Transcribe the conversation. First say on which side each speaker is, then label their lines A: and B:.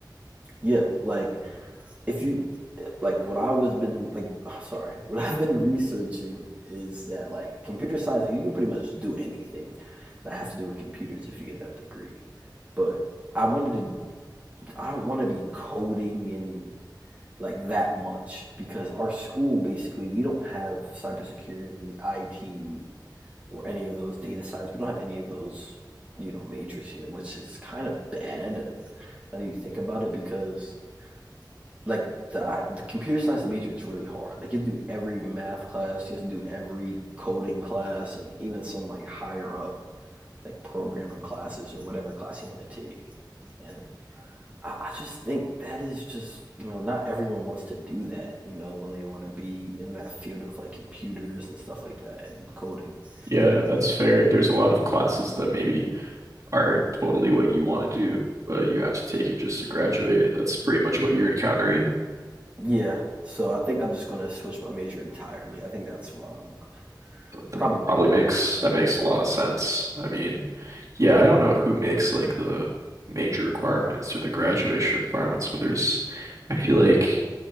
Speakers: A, on the right; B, on the right.
A: yeah. Like if you like what I was been like <sighs> sorry, <laughs> what I've been researching is that like computer science, like you can pretty much do anything that has to do with computers if you get that degree. But I wanted to I don't want to be coding and like that much because our school basically we don't have cybersecurity, IT, or any of those data science. We don't have any of those, you know, majors here, which is kind of bad now that you think about it because like the the computer science major is really hard. Like you have to do every math class, you have to do every coding class, and even some like higher up like programming classes or whatever class you want to take. And I, I just think that is just you know not everyone wants to do that. You know when they want to be in that field of like computers and stuff like that and coding.
B: Yeah,
A: You know
B: that's fair. There's a lot of classes that maybe aren't totally what you want to do, but you have to take it just to graduate. That's pretty much what you're encountering.
A: yeah. So I think I'm just gonna switch my major entirely. I think that's what I'm
B: That
A: probably gonna
B: probably
A: do.
B: makes that makes a lot of sense. I mean, yeah, I don't know who makes like the major requirements or the graduation requirements, but there's I feel like